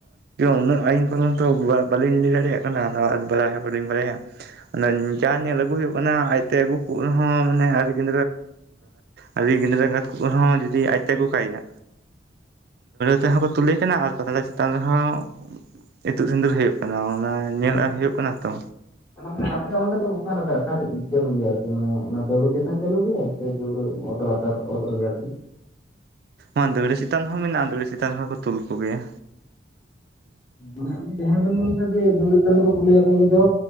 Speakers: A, on the right; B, on the left.
A: ᱩᱱᱟᱹᱜ ᱟᱭᱤᱱ ᱠᱚ ᱢᱟᱛᱚ ᱵᱟᱞᱤᱧ ᱞᱟ ᱹᱭ ᱫᱟᱲᱮᱭᱟᱜ ᱠᱟᱱᱟ ᱟᱨ ᱵᱟᱲᱟᱭ ᱦᱚᱸ ᱵᱟᱞᱤᱧ ᱵᱟᱲᱟᱭᱼᱟ ᱡᱟ ᱧᱮᱞ ᱟᱹᱜᱩ ᱦᱩᱭᱩᱜ ᱠᱟᱱᱟ ᱟᱡᱛᱮ ᱟᱹᱜᱩ ᱠᱚ ᱨᱮᱦᱚᱸ ᱢᱟᱱᱮ ᱟᱹᱰᱤ ᱜᱮ ᱟᱹᱣᱨᱤ ᱜᱤᱫᱽᱨᱟᱹ ᱮᱸᱜᱟᱛ ᱠᱚᱜ ᱨᱮᱦᱚᱸ ᱡᱩᱫᱤ ᱟᱡᱛᱮ ᱟᱹᱜᱩ ᱠᱟᱭᱟ᱾ ᱛᱮᱦᱚᱸ ᱠᱚ ᱛᱩᱞᱮᱹ ᱠᱟᱱᱟ ᱟᱨ ᱯᱟᱛᱲᱟ ᱪᱮᱛᱟᱱ ᱨᱮᱦᱚᱸ ᱤᱛᱩᱫ ᱥᱤᱸᱫᱩᱨ ᱦᱩᱭᱩᱜ ᱠᱟᱱᱟ
B: ᱦᱮᱸ᱾
A: ᱧᱮᱞᱟᱜ ᱦᱳᱭᱳᱜ ᱠᱟᱱᱟ ᱛᱚ
B: ᱚᱱᱟ ᱢᱟᱱᱮ ᱟᱯᱮ ᱫᱚ ᱚᱸᱰᱮ ᱫᱚ ᱚᱠᱟ ᱞᱮᱠᱟ ᱚᱴᱤᱡ ᱪᱟᱹᱞᱩ ᱜᱮᱭᱟ ᱟᱨᱠᱤ ᱢᱟᱱᱮ ᱚᱱᱟ ᱫᱟᱹᱣᱲᱟ ᱪᱮᱛᱟᱱ ᱪᱟᱹᱞᱩ ᱜᱮ ᱚᱛ ᱞᱟᱛᱟᱨ ᱚᱛ ᱨᱮᱜᱮ ᱟᱨᱠᱤ
A: ᱦᱮᱸ ᱫᱟᱹᱣᱲᱟᱹ ᱪᱮᱛᱟᱱ ᱦᱚᱸ ᱢᱮᱱᱟᱜᱼᱟ ᱫᱟᱹᱣᱲᱟᱹ ᱪᱮᱛᱟᱱ ᱨᱮ ᱦᱚᱸᱠᱚ ᱛᱩᱞ ᱠᱚᱜᱮᱭᱟ᱾
B: ᱢᱟᱱᱮ ᱡᱟᱦᱟᱸ ᱵᱮᱱ ᱢᱮᱱᱫᱟ ᱡᱮ ᱫᱟᱹᱣᱲᱟᱹ ᱪᱮᱛᱟᱱ ᱛᱮᱠᱚ ᱛᱩᱞᱮᱭᱟ ᱠᱚ ᱩᱱᱤ ᱫᱚ